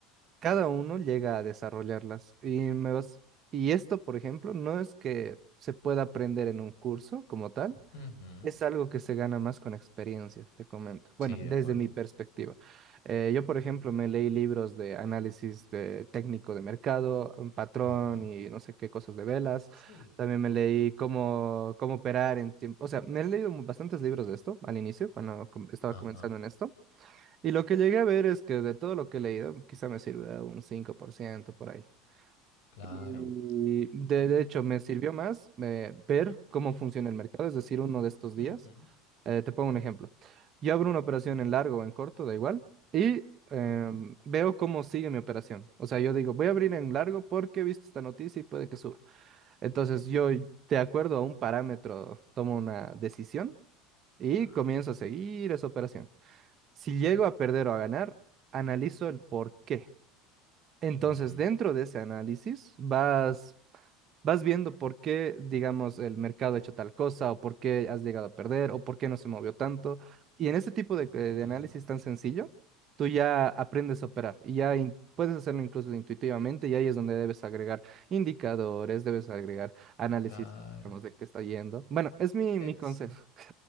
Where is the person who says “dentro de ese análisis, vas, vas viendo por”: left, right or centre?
Right